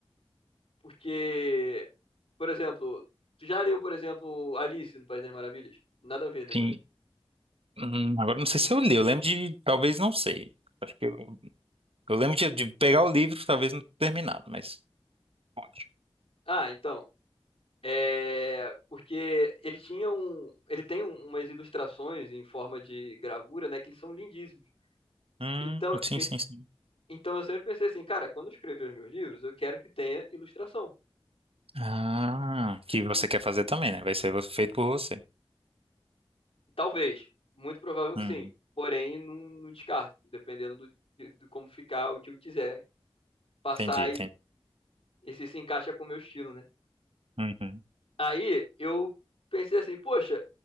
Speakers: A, on the left; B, on the right.
A: Porque Por exemplo, tu já leu, por exemplo, Alice no País das Maravilhas? Nada a ver, né?
B: Sim,
A: Mas.
B: hum, agora não sei se eu li, eu lembro de, talvez não sei. Acho que eu, eu lembro de, de pegar o livro, talvez não ter terminado, mas pode.
A: Ah, então. É. Porque ele tinha um. Ele tem um- umas ilustrações em forma de gravura, né? Que eles são lindíssimos.
B: Hum,
A: Então,
B: sim,
A: e-
B: sim, sim.
A: então eu sempre pensei assim, cara, quando eu escrever os meus livros, eu quero que tenha ilustração.
B: Ah, que você quer fazer também, né? Vai ser feito por você.
A: Talvez. Muito provável
B: Hum,
A: que sim. Porém, não, não descarto, dependendo do, de, de como ficar, o que eu quiser passar
B: entendi, entendi.
A: e, e se se encaixa com o meu estilo, né?
B: Uhum,
A: Aí eu pensei assim, poxa.